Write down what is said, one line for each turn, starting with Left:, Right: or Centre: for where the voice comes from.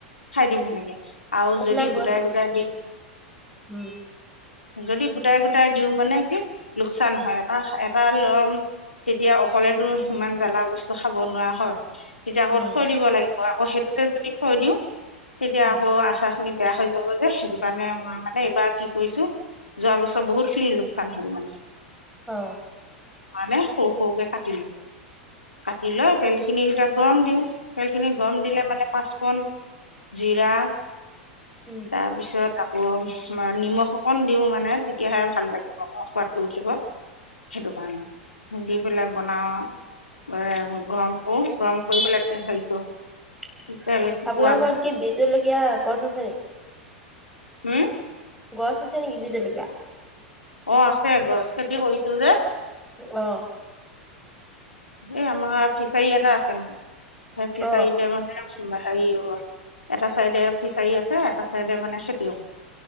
Left: খাই দিম সেনেকে আৰু
Centre: আপোনাৰ
Left: যদি
Centre: ঘৰত
Left: গোটাই গোটাই দি
Centre: উম,
Left: যদি গোটাই গোটাই দিওঁ মানে কি লোকচান হয় এটা এট- তাৰ লম তেতিয়া অকলেতো সিমান জ্বালা বস্তু খাব নোৱাৰা হয়। তেতিয়া
Centre: উম,
Left: আকৌ থৈ দিব লাগিব আকৌ সেইটোতে যদি থৈ দিওঁ তেতিয়া
Centre: উম,
Left: আকৌ আচাৰ খিনি বেয়া হৈ যাব যে সেইটো কাৰণে মই মানে এইবাৰ কি কৰিছো যোৱা বছৰ বহুতখিনি লোকচান হল মানে।
Centre: অ।
Left: মানে সৰু সৰুকে কাটিলো দি লৈ তেলখিনিক কেইটা গৰম দিওঁ, তেলখিনি গৰম দিলে মানে পাঁচফণ, জিৰা
Centre: উম।
Left: তাৰপিছত আক- গৰম বা নিমখ অকণ দিও মানে তেতিয়াহে ভাল লাগিব অক সোৱাদটো উঠিব। সেইটো কাৰণে, দি পেলাই বনাও এ গৰম কৰো, গৰম কৰি পেলাই তে হেৰি কৰোঁ
Centre: চ
Left: তেল কুকুৰা
Centre: আপোনাৰ ঘৰত কি বিজলকীয়া গছ আছে নে
Left: উম!
Centre: গছ আছে নেকি বি জলকীয়া
Left: অ আছে গছ খেতি কৰিছো যে
Centre: অ
Left: এই আমাৰ ফিচাৰী এটা আছে সেই ফিচাৰীতে
Centre: অ',
Left: মানে হেৰি এটা চাইডে ফিচাৰী আছে এটা চাইডে মানে খেতিও